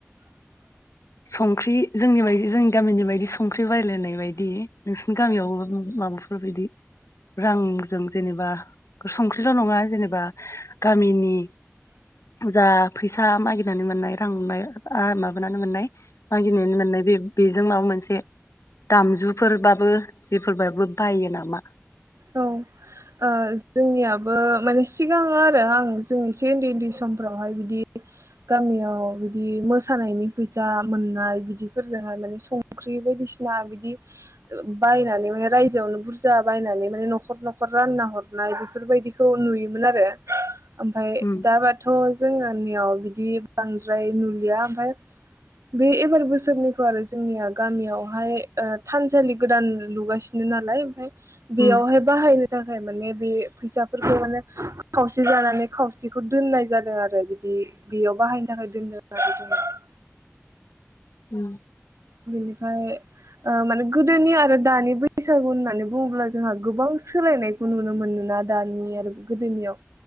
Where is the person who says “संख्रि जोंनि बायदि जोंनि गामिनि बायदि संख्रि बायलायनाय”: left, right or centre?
Left